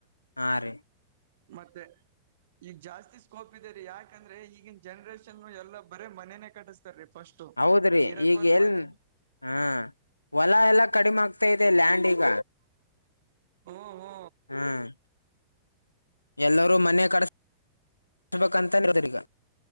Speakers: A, on the left; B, on the right.
A: ಹಾ ರೀ
B: ಮತ್ತೆ. ಈಗ ಜಾಸ್ತಿ ಸ್ಕೋಪ್ ಇದೆ ರೀ ಯಾಕಂದ್ರೆ ಈಗಿನ ಜನ್ರೇಷನ್ ಎಲ್ಲಾ ಬರೇ ಮನೆನೆೇ ಕಟ್ಟಿಸ ರಿ ಫಸ್ಟ್
A: ಹೌದ್ರಿ
B: ಇರಕ್
A: ಈಗ
B: ಒಂದ್
A: ಎಲ್
B: ಮನೆ
A: ಹ ಹೊಲ ಎಲ್ಲಾ ಕಡಿಮೆ ಆಗ್ತಾ ಇದೆ ಲ್ಯಾಂಡ್ ಈಗ.
B: ಹೂ ಹೂ
A: ಹ್ಮ್ ಎಲ್ಲರೂ ಮನೆ ಕಡಸ <inaudible> ಬೇಕಂತ್ರ ಈಗ